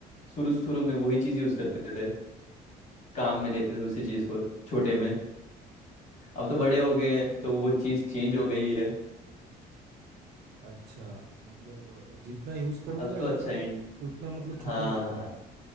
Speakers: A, on the left; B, on the right.
A: शुरू शुरू में वही चीज़ यूज़ करते थे काम में लेते थे उसी चीज़ को छोटे में अब तो बड़े हो गए हैं तो वो चीज़ चेंज हो गई है
B: अच्छा मतलब अ, जितना यूज करूंगा
A: अब तो अच्छा
B: उतना
A: है
B: उतना मतलब
A: हाँ
B: छोटा हो जाएगा